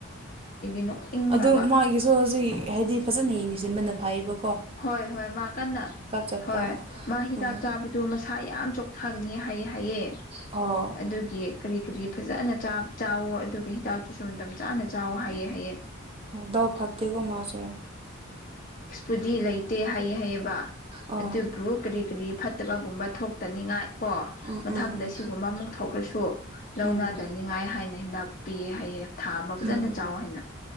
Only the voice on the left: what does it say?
ꯅꯣꯛꯅꯤꯡꯈ꯭ꯔꯕ
ꯍꯣꯏ ꯍꯣꯏ ꯃꯥ ꯀꯟꯅ
ꯍꯣꯏ ꯃꯥ ꯍꯤꯗꯥꯛ
ꯆꯥꯕꯗꯨ ꯃꯁꯥ ꯌꯥꯝ ꯆꯣꯛꯊ ꯒꯅꯤ ꯍꯥꯏꯌꯦ ꯍꯥꯏꯌꯦ
ꯑꯗꯨꯒꯤ ꯀꯔꯤ ꯀꯔꯤ ꯐꯖꯅ ꯆꯥꯞ ꯆꯥꯋꯣ ꯑꯗꯨꯒ ꯍꯤꯗꯥꯛꯇꯨꯁꯨ ꯃꯇꯝ ꯆꯥꯅ ꯆꯥꯋꯣ ꯍꯥꯏꯌꯦ ꯍꯥꯏꯌꯦ
ꯀꯗꯤ ꯂꯩꯇꯦ ꯍꯥꯏꯌꯦ ꯍꯥꯏꯌꯦꯕ
ꯑꯗꯨꯕꯨ ꯀꯔꯤ ꯀꯔꯤ ꯐꯠꯇꯕꯒꯨꯝꯕ ꯊꯣꯛꯇꯅꯤꯡꯉꯥꯏ ꯀꯣ
ꯃꯊꯪꯗ
ꯁꯤꯒꯨꯝꯕ ꯑꯃꯨꯛ ꯊꯣꯛꯂꯁꯨ ꯂꯧꯅꯗꯅꯤꯡꯉꯥꯏ
ꯍꯥꯏꯅ ꯍꯤꯗꯥꯛ ꯄꯤꯌꯦ ꯍꯥꯏꯌꯦ ꯊꯥ ꯑꯃ ꯐꯖꯅ
ꯆꯥꯎ ꯍꯥꯏꯅ